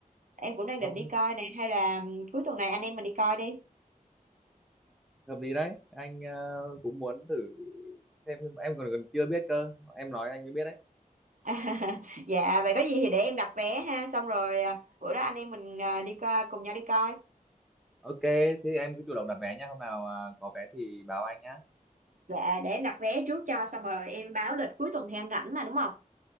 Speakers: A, on the right (about 60°); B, in the centre.
A: em cũng đang
B: À,
A: định đi coi này hay là ừ, cuối tuần này anh em mình đi coi đi
B: hợp lý đấy. Anh ờ, cũng muốn thử xem phim. Em còn còn chưa biết cơ. Em nói anh mới biết đấy.
A: <laughs> dạ vậy có gì thì để em đặt vé ha xong rồi à, bữa đó anh em mình à, đi coi, cùng nhau đi coi
B: Ok, thế em cứ chủ động đặt vé nha. Hôm nào à, có vé thì báo anh nhá.
A: dạ để em đặt vé trước cho xong rồi em báo lịch cuối tuần thì anh rảnh mà đúng không